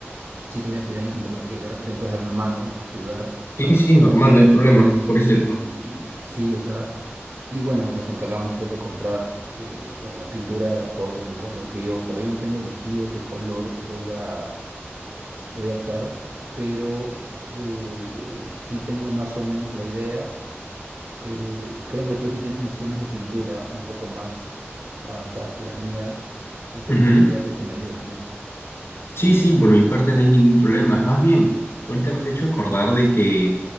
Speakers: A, on the right; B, on the left.
A: Sí, te voy a pedir ahí un poco que de repente me puedes dar una mano, me puedes ayudar.
B: Sí, sí, normal, no hay problema
A: Y
B: por ese lado.
A: sí, o sea, y bueno, nos encargamos pues de comprar, eh, bueno, la pintura de acorde al color que yo todavía no tengo elegido qué color voy a, voy a optar, pero eh, sí tengo más o menos la idea. Eh, creo que tú sí tienes nociones de pintura un poco más avanzadas que las mías, entonces
B: Ujú.
A: sí te voy a pedir que me ayudes con eso.
B: Sí, sí, por mi parte no hay ningún problema. Es más bien, ahorita me has hecho acordar de que